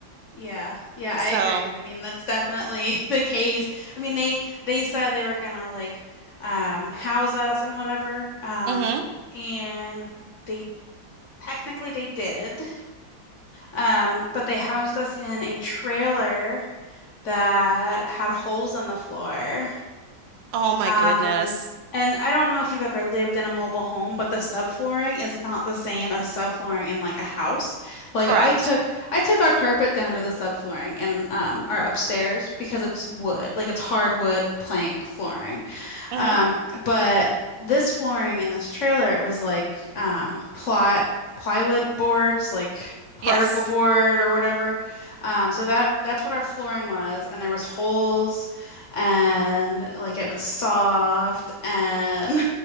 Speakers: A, on the left; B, on the right.
A: Yeah. Yeah,
B: So,
A: I agree. I mean, that's definitely <laughs> the case. I mean, they they said they were gonna like um house us and whatever. Um
B: hmm
A: and they technically they did. Um, but they housed us in a trailer that had holes in the floor.
B: Oh my
A: Um,
B: goodness.
A: and I don't know if you've ever lived in a mobile home, but the subflooring is not the same as subflooring in like a house. Like
B: Correct.
A: I took I took our carpet down to the subflooring in um our upstairs because it's wood, like it's hardwood plank flooring.
B: hmm
A: Um, but this flooring in this trailer, it was like um, ply plywood boards, like particle
B: Yes.
A: board or whatever. Um, so that that's what our flooring was, and there was holes, and like it was soft, and